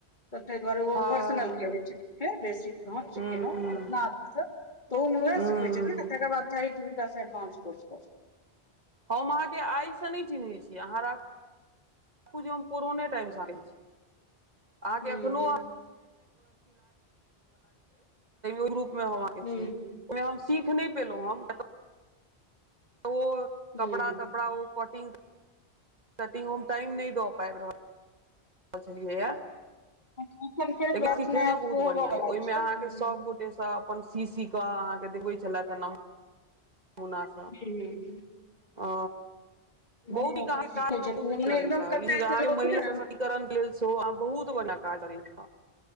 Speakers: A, on the left; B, on the right.
A: तऽ तैय दुआरे ओ
B: हँ
A: पर्सनल के लेल छथिन सब बेसी हम सिखेलौ
B: हूँ
A: अपना हाथ सँ। तऽ ओमरो
B: हूँ
A: सिखबै छथिन तकर बाद चाही त हुनका स डवान्स कोर्स
B: हम आहाँके आय से नैय चिन्हा छी आहाँ राख राखू जे हम कोरोने टाइम से चिन्है छी आहाँके
A: हूँ
B: अखनो <unintelligible> रूप मे हम अहके
A: हूँ
B: छी ओय मे हम सीख नैय पेलो हम। ओ
A: हूँ
B: कपड़ा-तपड़ा ओ कटिंग-तटिंग टाइम नैय द पाइब रहल। ब छलियै यए।
A: एखन फेर
B: लेकिन
A: बैच
B: सिखेनेै
A: नया शुरू
B: बहुत
A: होबऽ
B: बढ़ियां
A: बला
B: या ओय मे
A: छै
B: आहाँ
A: हूँ
B: के सब गोटेसँ अपन सी -सी के आहाँ के देखबे छलेैथ तह न। होना स
A: हूँ
B: अ
A: बढ़िआँ
B: बहुत ही आहाँके
A: सीखै
B: काराज हमरा
A: छथिन
B: बहुत नीक
A: मने
B: लगैत
A: एकदम
B: छल
A: कते से लोक
B: महिला
A: ने
B: सशक्तिकर के लेल सेहो आहाँ बहुत बढ़िया कऽ करै थ <unintelligible>